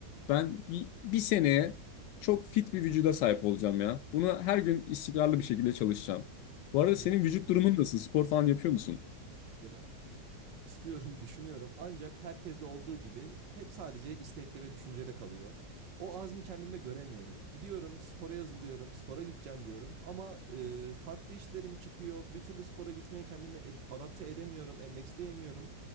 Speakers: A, on the left (about 85°); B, on the right (about 85°).
A: Ben bir, bir seneye çok fit bir vücuda sahip olacağım ya. Buna her gün istikrarlı bir şekilde çalışacağım. Bu arada
B: Bunun
A: senin vücut durumun nasıl? Spor falan yapıyor musun?
B: Ya ben spor yapmayı çok istiyorum, <laughs> düşünüyorum. Ancak herkeste olduğu gibi hep sadece istekte ve düşüncede kalıyor. O azmi kendimde göremiyorum. Gidiyorum, spora yazılıyorum, spora gideceğim diyorum. Ama e, farklı işlerim çıkıyor. Bir türlü spora gitmeye kendimi ed- adapte edemiyorum, endeksleyemiyorum.